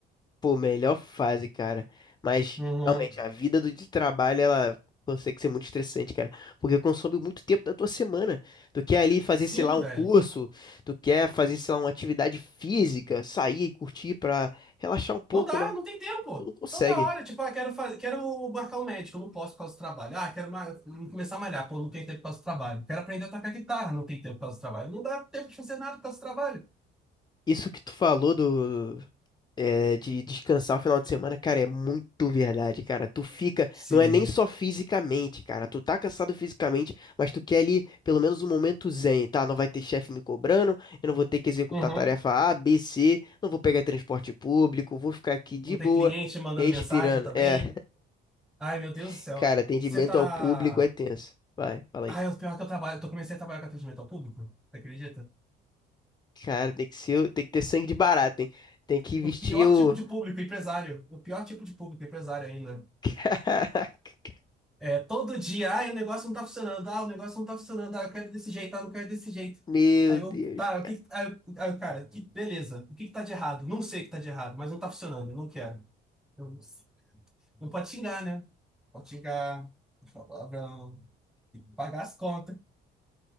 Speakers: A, on the left (about 25°); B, in the centre.
A: pô, melhor fase, cara. Mas
B: Uhum.
A: realmente a vida do de trabalho ela consegue ser muito estressante, cara, porque consome muito tempo da tua semana. Tu quer ali fazer,
B: Sim,
A: sei lá, um
B: velho.
A: curso, tu quer fazer, sei lá, uma atividade física, sair e curtir pra relaxar um pouco,
B: Não dá,
A: né?
B: não tem tempo.
A: Tu não consegue.
B: Toda hora, tipo, ah, quero fazer, quero marcar um médico, não posso por causa do trabalho. Ah, quero ma- começar a malhar, pô, não tem tempo por causa do trabalho. Quero aprender a tocar guitarra, não tem tempo por causa do trabalho. Não dá tempo de fazer nada por causa do trabalho.
A: Isso que tu falou do é, de descansar o final de semana, cara, é muito verdade, cara. Tu fica,
B: Sim.
A: não é nem só fisicamente, cara. Tu tá cansado fisicamente, mas tu quer ali pelo menos um momento zen, tá? Não vai ter chefe me cobrando, eu não vou ter que executar
B: Uhum.
A: tarefa A, B, C, não vou pegar transporte público, vou ficar aqui de
B: Não
A: boa,
B: tem cliente mandando
A: respirando.
B: mensagem também.
A: É,
B: Ai, meu Deus
A: <laughs>
B: do céu.
A: cara, atendimento
B: Você tá.
A: ao público é tenso. Vai, fala aí.
B: Ai, o pior que eu trabalho, eu comecei a trabalhar com atendimento ao público, você acredita?
A: Cara, tem que ser, tem que ter sangue de barata, hein? Tem que vestir
B: O pior
A: o.
B: tipo de público, empresário. O pior tipo de público, empresário ainda.
A: <laughs> Caraca,
B: É, todo dia, ai, o negócio não tá funcionando, ah, o negócio não tá funcionando, ah, eu quero desse jeito, ah, não quero desse jeito.
A: meu
B: Aí eu,
A: Deus,
B: tá, o que, aí, eu- aí eu, cara, que, beleza, o que que tá de errado? Não sei o que tá de errado, mas não tá funcionando, eu não quero. Eu- não pode xingar, né? Pode xingar, pode falar palavrão, tem que pagar as contas.